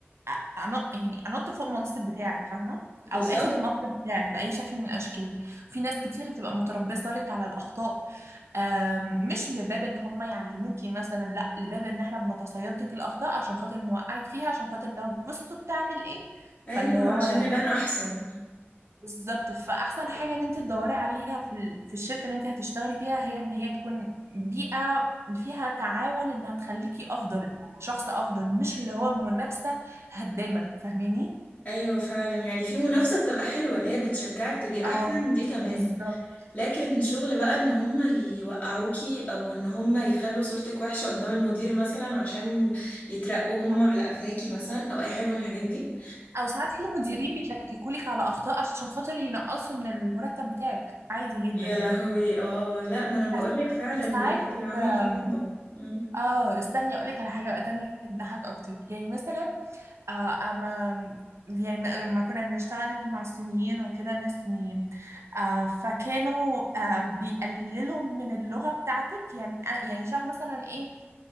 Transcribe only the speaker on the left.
بالظبط
ايوه
عشان
نبان احسن
ايوه فعلا يعني في منافسة بتبقى حلوة اللي هي بتشجعك تبقي
احسن دي تمام
لكن شغل بقى ان هم يوقعوكي او ان هم يخلوا صورتك وحشة قدام المدير مثلا عشان يترقوا هم
على قفاكي مثلا او اي حاجة من الحاجات دي
يا
لهوي
اه لا ما انا
بقولك فعلا
بيئة العمل
صعبة مم.